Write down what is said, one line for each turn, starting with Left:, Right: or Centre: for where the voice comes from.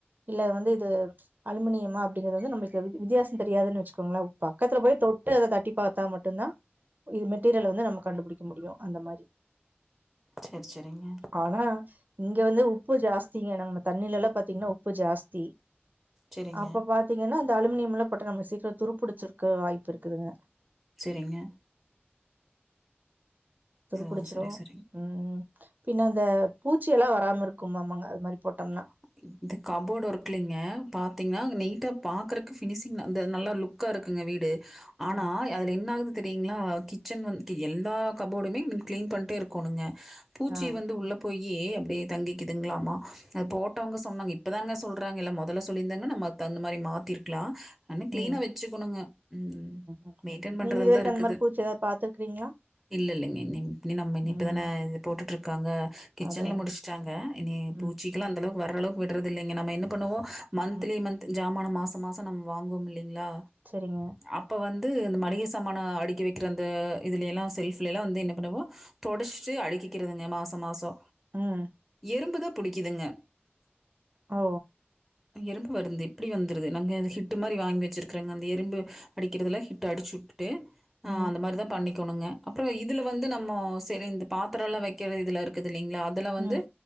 Right: இல்ல வந்து இது அலுமினியமா அப்டிங்கிறது வந்து நம்ளுக்கு வித் வித்தியாசோந் தெரியாதுன் வச்சுக்கோங்ளே பக்கத்துல போய் தொட்டு அத தட்டி பாத்தா மட்டுந்தா இது மெட்டீரியல்ல வந்து நம்ம கண்டுபுடிக்க முடியு அந்த மாரி
Centre: சேர் செரிங்க
Right: ஆனா இங்க வந்து உப்பு ஜாஸ்திங்க நம்ம தண்ணிலலா பாத்தீங்னா உப்பு ஜாஸ்தி
Centre: சரிங்க
Right: அப்ப பாத்தீங்கனா அந்த அலுமினியமில்லாப் போட்டா நம்ம சீக்ரோ துருப்புடிச்சிருக்க வாய்ப்பு இருக்குதுங்க
Centre: செரிங்க
Right: துருப்புடுச்சுரு
Centre: ஓ சரி சரிங்க
Right: ம் பின்ன அந்த பூச்சி எல்லா வராம இருக்குமாமாங்க அது மாரி போட்டம்னா
Centre: <unintelligible> இந்தக் கபோர்டு ஒர்க்லிங்க பாத்திங்னா நீட்டா பாக்கறக்கு ஃபினிஷிங் அந்த நல்லா லுக்கா இருக்குங்க வீடு ஆனா
Right: ம்
Centre: அதுல என்னாகுது தெரியுங்ளா கிச்சன் வந்து ட்டு எல்லா கபோடுமே கிளீன் பண்ட்டே இருக்கோனுங்க பூச்சி
Right: ஆ
Centre: வந்து உள்ளப் போயி அப்டியே தங்கிக்கிதுங்ளாமா அதப் போட்டவங்க சொன்னாங்க இப்பதாங்க சொல்றாங்க இல்ல மொதல சொல்லிந்தாங்னா நம்ம அதுக்கு தகுந்த மாரி மாத்திருக்லா அன்னக் கிளீனா
Right: ம்
Centre: வச்சுக்குணுங்க ம்
Right: ம்
Centre: மெயின்டென் பண்றதல்தா
Right: நீங்க இது வரைக்கு
Centre: இருக்குது
Right: அந்த மாரி பூச்சி எதாவது பாத்துருக்கீங்களா
Centre: இல்ல இல்லங்க இனிம் இனி நம்ம இனி இப்பதான
Right: ம்
Centre: இது போட்டுட்ருக்காங்க கிச்சன்ல
Right: அதா அதா
Centre: முடிச்ட்டாங்க இனி
Right: ம்
Centre: பூச்சி சிக்கிளா அந்தளக்கு வர அளவுக்கு விடறதில்லைங்க நம்ம என்னப் பண்ணுவோ மந்த்லி
Right: ம்
Centre: மந்த்து ஜமானம் மாச மாச் சம் நம் வாங்குவோம் இல்லிங்ளா
Right: சரிங்க
Centre: அப்ப வந்து இந்த மளிகை சாமானோ அடுக்கி வெக்ற அந்த இதுலியேலா செல்ஃப்லைலா வந்து என்ன பண்ணுவோ தொடச்ட்டு அடிக்கிக்கிறதுங்க மாசோ மாசோ
Right: ம்
Centre: எறும்புதா புடிக்கிதுங்க
Right: ஓ
Centre: எறும்பு வருந்து எப்டி வந்துருது நாங்க அது ஹிட்டு மாரி வாய்ங் வச்சுருக்கறங்க அந்த எறும்பு அடிக்கிறதுல ஹிட்டு அடிச்சுட்டு அ
Right: ம்
Centre: அந்த மாரிதாப் பண்ணிக் கொணுங்க அப்றோ இதுல வந்து நம்மோ செரி இந்தப் பாத்தரோலா வெக்கிற இதுல இருக்குது இல்லிங்ளா அத் இதல வந்து
Right: ம்